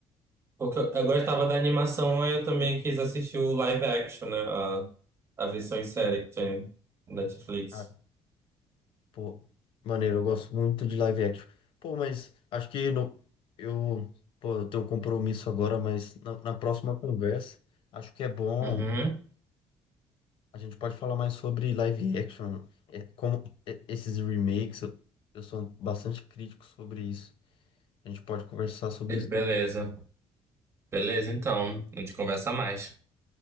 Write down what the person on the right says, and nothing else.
Porque eu, eu gostava da animação, aí eu também quis assistir o live action, né? A, a versão
em série que tem no Netflix.
Uhum.
Be-
Beleza.
Beleza, então. A gente conversa mais.